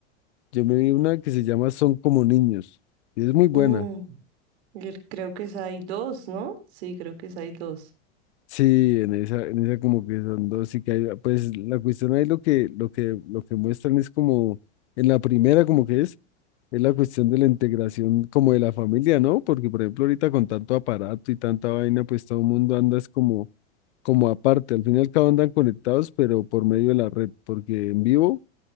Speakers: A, on the left (about 80°); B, on the right (about 70°).
A: yo me vi una que se llama Son como niños y es muy buena.
B: Mm, y creo que esa hay dos, ¿no? Sí, creo que esa hay dos.
A: Sí, en esa, en esa como que son dos y que hay, pues la cuestión ahí lo que, lo que, lo que muestran es como en la primera como que es. Es la cuestión de la integración como de la familia, ¿no? Porque, por ejemplo, ahorita con tanto aparato y tanta vaina, pues todo el mundo anda es como, como aparte. Al fin y al cabo andan conectados, pero por medio de la red, porque en vivo